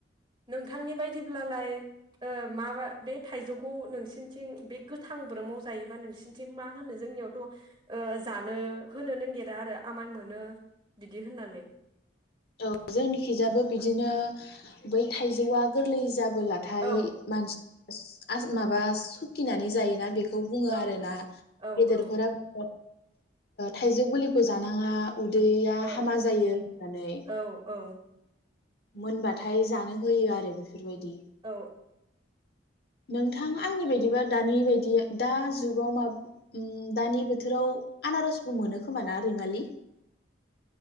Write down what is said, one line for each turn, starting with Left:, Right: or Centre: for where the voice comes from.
Right: नोंथांनि बायदिब्लालाय ओ माबा बे थाइजौखौ नोंसिनिथिं बे गोथांब्रोमाव जायोबा नोंसिनिथिं मा होनो जोंनियावथ' ओ जानो होनो नागिरा आरो आमाइ मोनो बिदि होननानै।
Left: औ जोंनिखिजाबो बिदिनो बै थाइजौआ गोरलै जाबोलाथाय
Right: औ
Left: मानस आस माबा सुखिनानै जायोना बेख खौ बुङो
Right: औ
Left: आरोना
Right: औ
Left: गेदेरफोरा
Right: औ
Left: ओ थाइजौ बलिखौ जानाङा उदैया
Right: औ
Left: हामा जायो होननानै।
Right: औ औ
Left: मोनबाथाय जानो होयो आरो। बेफोरबायदि
Right: औ
Left: नोंथां आंनि बायदिबा दानि बायदि दा जुगाव उम दानि बोथोराव आनारसबो मोनो खोमा ना रैमालि?